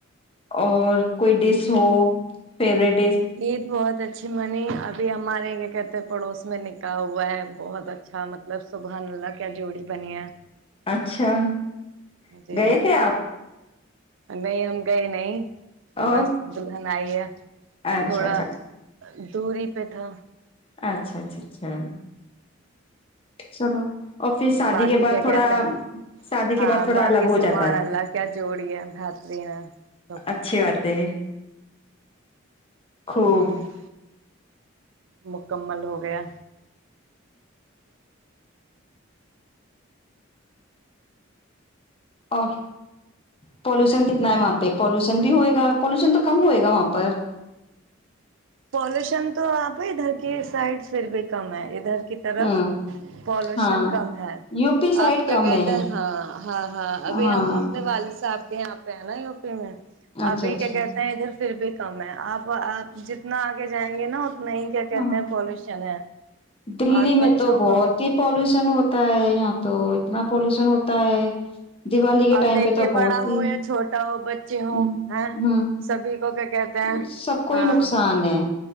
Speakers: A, on the left; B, on the right.
A: اور کوئی ڈس ہو <unintelligible>
B: یہ تو بہت اچھا اچ منی ابھی ہمارے کیا کہتے ہیں پڑوس میں نکا ہوا ہے بہت اچھا مطلب سبحان اللہ کیا جوڑی بنی ہے
A: اچھا <unintelligible>
B: جی
A: گئے تھے آپ
B: نہیں ہم گئے نہیں
A: اور
B: بس دلہن آئیے
A: اچھا
B: تھوڑا
A: اچھا
B: دوری پہ تھا
A: اچھا اچھا اچھا چلو اور پھر شادی
B: باقی
A: کے بعد
B: کیا
A: تھوڑا
B: کہتے ہیں
A: شادی کے
B: ہاں
A: بعد تھوڑا
B: باقی
A: الگ
B: سبحان
A: ہو جاتا
B: اللہ
A: ہے
B: کیا جوڑی ہے بہترین ہے سب
A: اچھی بات ہے خوب
B: ہ <unintelligible> مک <unintelligible> مکمل ہو گیا
A: اور پالوشن کتنا ہے وہاں پہ پالوشن بھی ہوئے گا پالوشن تو کم ہوئے گا وہاں پر
B: پولوشن تو آپ ادھر کی سائڈ پھر بھی کم ہے ادھر کی طرف
A: ہوں
B: پالوشن
A: ہاں
B: کم ہے
A: یو پی سائڈ
B: آپ کیا
A: کم
B: کہتے
A: ہے
B: ہیں ہاں ہاں ہاں ابھی
A: ہاں
B: ہم اپنے والد صاحب کے یہاں پہ ہے نا یو پی میں
A: اچھا
B: ابھی
A: اچھا
B: کیا کہتے ہیں ادھر پھر بھی کم ہے آپ آپ نہ آگے جائیں گے نا اتنا ہی کیا کہتے
A: ہاں
B: ہیں پالوشن ہے
A: دلی
B: اور
A: میں
B: بچوں
A: تو بہت
B: کو
A: ہی پالوش پشن ہوتا ہے یہاں تو اتنا پالوشن ہوتا ہے دیوالی کے
B: ا
A: ٹائم
B: دیکھیے
A: پہ تو
B: بڑا
A: بہت ہی
B: ہو یا چھوٹا ہو بچے ہو
A: ہ
B: ہے
A: ہ
B: سبھی کو کیا کہتے ہیں
A: سب کو
B: ہاں
A: ہی نقصان ہے